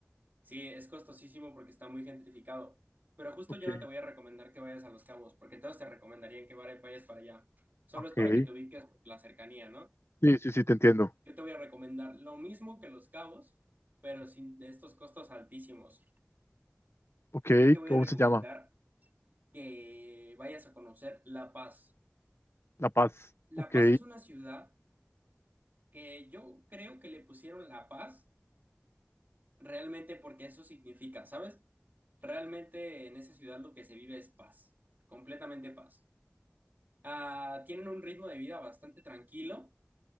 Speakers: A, on the right (about 45°); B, on the left (about 70°).
A: Sí, es costosísimo porque está muy gentrificado, pero justo
B: Ok,
A: yo no te voy a recomendar que vayas a Los Cabos, porque todos te recomendarían que vayas para allá. Solo
B: ok.
A: es para que te ubiques por la cercanía, ¿no?
B: Sí, sí, sí, te entiendo.
A: Yo te voy a recomendar lo mismo que Los Cabos, pero sin estos costos altísimos.
B: Ok,
A: Yo te voy
B: ¿cómo
A: a recomendar
B: se llama?
A: que vayas a conocer La Paz.
B: La Paz.
A: La
B: Ok,
A: Paz es una ciudad que yo creo que le pusieron La Paz realmente porque eso significa, ¿sabes? Realmente en esa ciudad lo que se vive es paz, completamente paz. Ah, tienen un ritmo de vida bastante tranquilo.